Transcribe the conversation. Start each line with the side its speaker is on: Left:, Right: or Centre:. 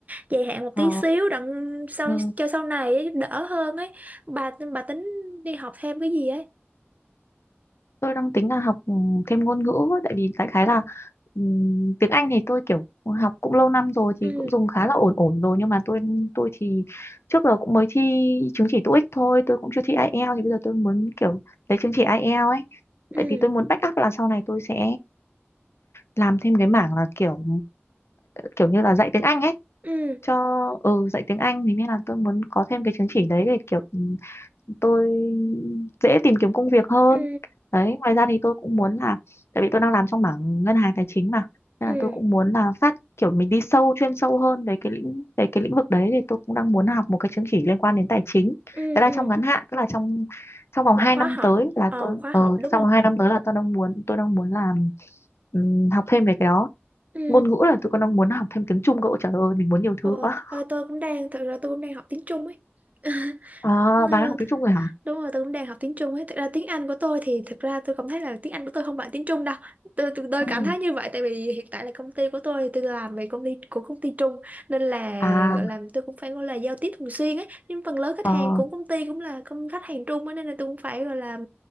Right: dài hạn một
Left: Ờ,
Right: tí xíu đặng sau
Left: ừ,
Right: cho sau này ấy, đỡ hơn ấy bà bà tính đi học thêm cái gì ấy
Left: tôi đang tính là học ừ, thêm ngôn ngữ ấy, tại vì đại khái là ừ, tiếng Anh thì tôi kiểu học cũng lâu năm rồi thì
Right: ừ
Left: cũng dùng khá là ổn ổn rồi nhưng mà tôi tôi thì trước giờ cũng mới thi chứng chỉ TOEIC thôi, tôi cũng chưa thi IELTS thì bây giờ tôi muốn kiểu lấy chứng chỉ IELTS ấy.
Right: ừ
Left: Tại vì tôi muốn backup là sau này tôi sẽ làm thêm cái mảng là kiểu kiểu như là dạy tiếng Anh ấy
Right: ừ
Left: cho ừ dạy tiếng Anh thì nên là tôi muốn có thêm cái chứng chỉ đấy để kiểu ừ, tôi dễ tìm kiếm công việc hơn
Right: ừ
Left: đấy ngoài ra thì tôi cũng muốn là tại vì tôi đang làm trong mảng ngân hàng tài chính mà nên
Right: ừ
Left: là tôi cũng muốn là phát kiểu mình đi sâu chuyên sâu hơn về cái lĩnh về cái lĩnh vực đấy thì tôi cũng đang muốn học một cái chứng chỉ liên quan đến tài chính
Right: ừ
Left: đấy là
Right: ừ
Left: trong ngắn hạn tức là trong trong vòng
Right: một
Left: 2
Right: khóa
Left: năm
Right: học
Left: tới là
Right: ờ
Left: tôi
Right: một khóa
Left: ờ
Right: học đúng không
Left: trong vòng 2 năm tới là tôi đang muốn tôi đang muốn làm ừm, học thêm về cái đó
Right: ừ
Left: Ngôn ngữ là tôi còn đang muốn học thêm tiếng Trung cậu. Trời ơi, mình muốn nhiều
Right: ờ
Left: thứ quá.
Right: ờ, tôi cũng đang thực ra tôi cũng đang học tiếng Trung ấy <laughs>
Left: À,
Right: Ờ,
Left: bà
Right: th-
Left: đang học tiếng Trung rồi hả?
Right: Đúng rồi, tôi cũng đang học tiếng Trung ấy. Thật ra tiếng Anh của tôi thì thật ra tôi cảm thấy là tiếng Anh của tôi không bằng tiếng Trung đâu. Tôi, tôi, tôi
Left: Ừ.
Right: cảm thấy như vậy tại vì hiện tại là công ty của tôi thì tôi làm về công ty của công ty Trung nên là
Left: À,
Right: gọi là tôi cũng phải gọi là giao tiếp thường xuyên ấy. Nhưng phần lớn khách
Left: ờ,
Right: hàng của công ty cũng là công khách hàng Trung ấy, nên là tôi cũng phải gọi là